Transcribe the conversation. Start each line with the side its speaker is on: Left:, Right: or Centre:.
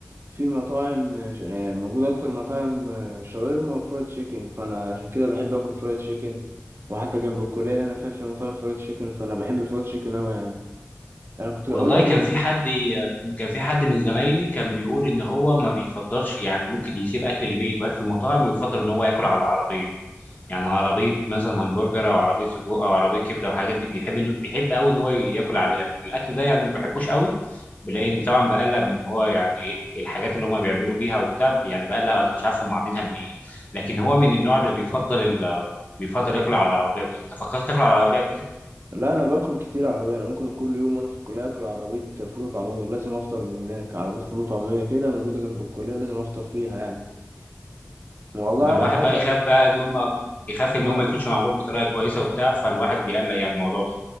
Right: في مطاعم آه، ش- آه، موجود اكتر مطاعم آه، شاورما وفرايد تشيكن فانا عشان كده بحب اكل فرايد تشيكن وحتى جنب الكليه اللي انا فيها في مطاعم فرايد تشيكن فانا بحب الفرايد تشيكن اوي يعني انا كنت
Left: والله
Right: اقول لك
Left: كان
Right: برضو
Left: في حد كان في حد من زمايلي كان بيقول
Right: مم.
Left: ان هو ما بيفضلش يعني ممكن يسيب اكل البيت واكل المطاعم ويفضل ان هو ياكل على العربيه يعني عربيه مثلا همبرجر او عربيه سجق او عربيه كبده والحاجات دي بيحب إنه- بيحب قوي ان هو ياكل عليها الاكل ده يعني ما بحبوش قوي بلاقيني طبعا بقلق من إن هو يعني الحاجات اللي هم بيعملوا بيها وبتاع يعني بقلق انا مش عارف هم عاملينها من ايه لكن هو من النوع اللي بيفضل ال... بيفضل ياكل على العربيه وكده انت فكرت تاكل على العربيه قبل كده
Right: لا انا باكل كتير عربيه انا ممكن كل يوم وانا في الكليه اكل عربيه فول وطعميه لازم افطر من هناك عربيه فول وطعميه كده موجوده جنب الكليه لازم افطر فيها يعني والله
Left: ما الواحد
Right: على حسب
Left: بقى يخاف بقى ان هم يخاف
Right: ما
Left: ان هم ما يكونش معمول بطريقه كويسه وبتاع فالواحد بيقلق يعني الموضوع ده